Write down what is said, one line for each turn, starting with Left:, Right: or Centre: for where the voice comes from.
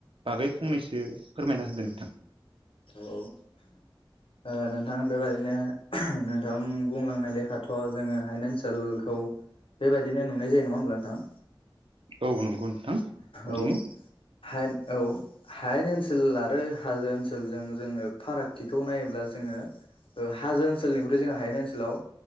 Right: बागै फंनैसो फोरमायना होदो नोंथां।
Left: औ ओ ओ नोंथां बेबायदिनो नोंथां बुंलांनाय लेखाथ' जोङो हायेन ओनसोलखौ बेबायदिनो नुनाय जायो नङा होमब्ला नोंथां।
Right: औ नंगौ नोंथां ओरैनो
Left: औ हायेन औ हायेन ओनसोल आरो हाजो ओनसोलजों जोङो फारागथिखौ नायोब्ला जोङो ओ हाजो ओनसोलनिखौथ' जोङो हायेन ओनसोलाव